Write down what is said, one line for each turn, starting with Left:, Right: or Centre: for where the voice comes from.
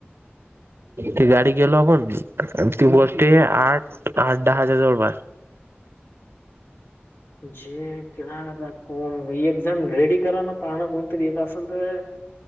Right: ते गाडी गेलो आपण ती बस्ट आठ आठडा हजार जोर बार
Left: जे केलाता कोण एक जण रेडी करा ना पाहणं कोणतरी येत असेल तर